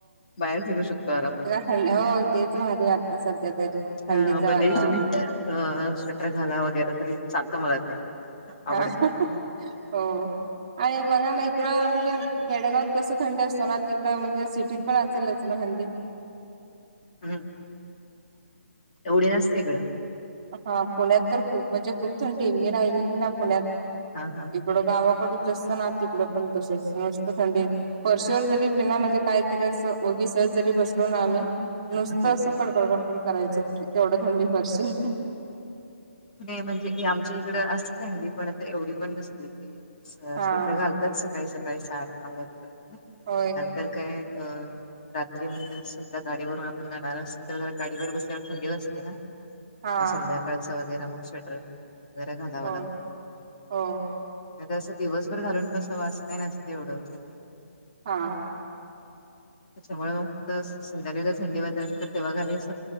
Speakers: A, on the left; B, on the right.
A: बाहेर फिरू शकतो आरामात
B: थं हो तेच भारी आता सध्या तरी थंडीचं
A: हा भलेही
B: वातावरण.
A: तुम्ही अ स्वेटर घाला वगैरे तरी चालतं मला ते
B: हा
A: आवडतं
B: हो. आणि बघा ना इकडं म्हणजे खेडेगावात कसं थंडी असतो ना तिकडं म्हणजे सिटीत पण असेलच ना थंडी
A: हम्म एवढी नसते इकडं
B: हा पुण्यात तर खूप म्हणजे खूप थंडी मी राहिलेली ना पुण्यात
A: हा हा
B: इकडं गावाकडच जस्त ना तिकड पण तस मस्त थंडी. वर्शीवर जरी बिना म्हणजे काहीतरी असं वगी सहज जरी बसलो ना आम्ही.
A: हा
B: नुसतं
A: तरी
B: असं
A: चांगली
B: कडकड कडकड करायचं तेवढं थंडी फारशी
A: म्हणजे आमच्या इकडं असत चली पण आता एवढी पण नसते की स्वत्र
B: हा
A: घाल सकाळी सकाळी सात नऊ वाजेपर्यंत
B: होय
A: नंतर काय अ रात्री म्हणजे समधा गाडीवरून आपण जाणार अस तर ज गाडीवर बसायला थंडी वा असते ना.
B: हा
A: मग संध्याकाळच वगैरे मग स्वेटर वगैरे घालावा
B: होय
A: लागतो
B: हो
A: नाही तर असं दिवसभर घालून बसावं असं काही नसत एवढं थं
B: हा.
A: त्याच्यामुळे मग संध्याकाळी ज थंडी बाजारली तर तेव्हा घालायच.